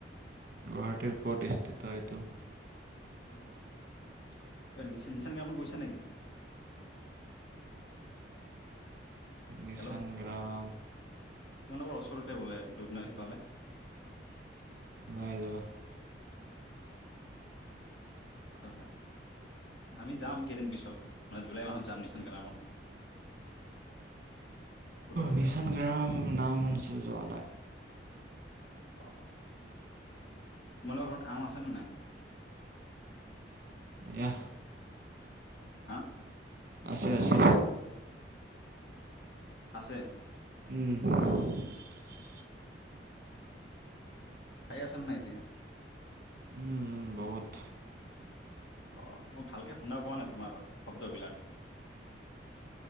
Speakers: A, on the right; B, on the left.
A: গুৱাহাটীৰ ক'ত স্থিত এইটো?
B: <unintelligible> গৈছা নেকি?
A: নিচান
B: হেল্ল'
A: গ্ৰাম
B: তোমালোকৰ ওচৰতে বোলে, দুধনৈ সিফালে।
A: নাই যোৱা।
B: হয় হয়। আমি যাম কেইদিন পিছত। জুলাই মাহত। যাম নিচান গ্ৰামত ফুৰিবলৈ
A: নিচান গৰান নাম শুনিছো যোৱা নাই
B: অ তোমালোকৰ ঘৰত আম আছেনে নাই?
A: এয়া
B: হা
A: আছে আছে।
B: আছে।
A: উম
B: খাই আছানে নাই এতিয়া।
A: উম বহুত
B: অ মই ভালকে শুনা পোৱা নাই তোমাৰ শব্দবিলাক।